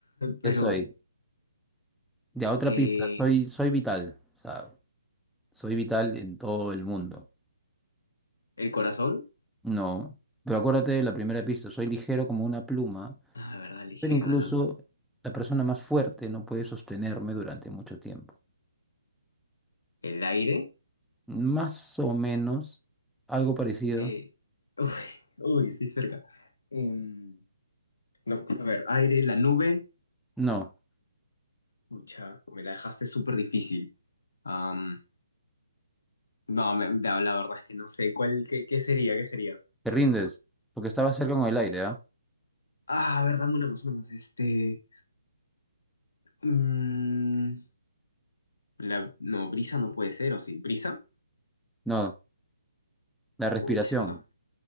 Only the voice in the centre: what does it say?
¿qué
soy? Ya, otra
pista, soy, soy vital, o sea, soy vital en todo el mundo.
No, pero acuérdate de la primera pista, soy ligero como una pluma,
pero incluso
la persona más fuerte no puede sostenerme durante mucho tiempo.
Más o menos, algo parecido.
No,
te rindes, porque estaba cerca con el aire, ¿ah?
No, la respiración.